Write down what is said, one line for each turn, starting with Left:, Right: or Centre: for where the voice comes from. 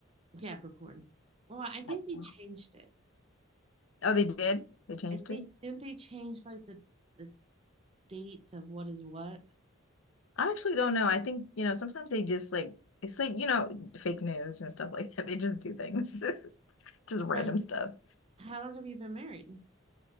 Right: Capricorn. Well, I think
Left: Capricorn.
Right: they changed it.
Left: Oh, they did? They changed
Right: I think
Left: it?
Right: didn't they change like the the dates of what is what?
Left: I actually don't know. I think, you know, sometimes they just like it's like, you know, fake news and stuff like that. <laughs> They just do things. <laughs> Just random
Right: So,
Left: stuff.
Right: how long have you been married?